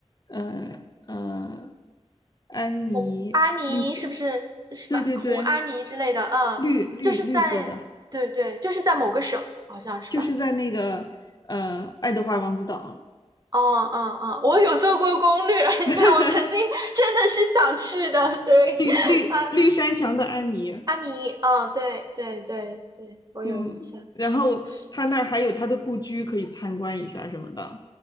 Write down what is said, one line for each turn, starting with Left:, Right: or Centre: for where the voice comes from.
Left: 呃呃，安妮绿色，
Right: 红阿尼是不是什么红阿尼之类的？
Left: 对对对，
Right: 嗯，
Left: 绿绿绿色的，
Right: 就是在，对对，就是在某个省，好像是吧？
Left: 就是在那个呃爱德华王子岛，
Right: 哦哦哦，我有做过攻略，<laughs>
Left: <laughs>
Right: 你看我曾经真的是想去的，对，
Left: 绿绿绿山墙的安妮，
Right: 啊，阿尼，嗯，对对对对，我有印象，
Left: 嗯，然后他那儿还有他的故居可以参观一下什么的，
Right: 是